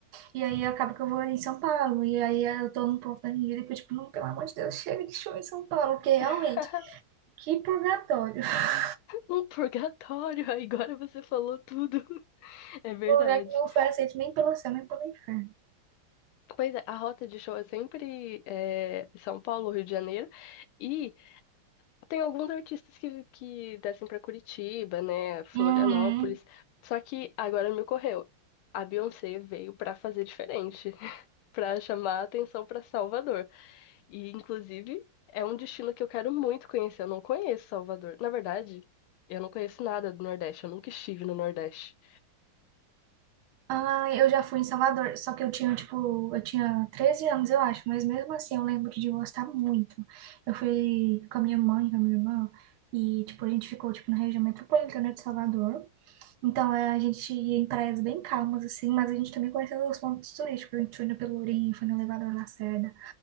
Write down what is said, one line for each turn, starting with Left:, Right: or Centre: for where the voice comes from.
Right: E aí acaba que eu vou em São Paulo. E aí eu tô num ponto da minha vida que eu, tipo, não, pelo amor de Deus, chega de show em São Paulo, porque realmente,
Left: <laughs>
Right: que purgatório. <laughs>
Left: Um purgatório, agora você falou tudo. <laughs> É verdade.
Right: Um lugar que não foi aceito nem pelo céu, nem pelo inferno.
Left: Pois é, a rota de show é sempre é, São Paulo, Rio de Janeiro. e Tem alguns artistas que, que descem pra Curitiba, né? Florianópolis.
Right: Uhum.
Left: Só que agora me ocorreu. A Beyoncé veio pra fazer diferente, <laughs> pra chamar a atenção pra Salvador. E, inclusive, é um destino que eu quero muito conhecer. Eu não conheço Salvador. Na verdade, eu não conheço nada do Nordeste. Eu nunca estive no Nordeste.
Right: Ah, eu já fui em Salvador, só que eu tinha, tipo, eu tinha 13 anos, eu acho, mas mesmo assim eu lembro de gostar muito. Eu fui com a minha mãe, com a minha irmã, e, tipo, a gente ficou, tipo, na região metropolitana de Salvador. Então, é, a gente ia em praias bem calmas, assim, mas a gente também conheceu os pontos turísticos. A gente foi no Pelourinho, foi no Elevador Lacerda,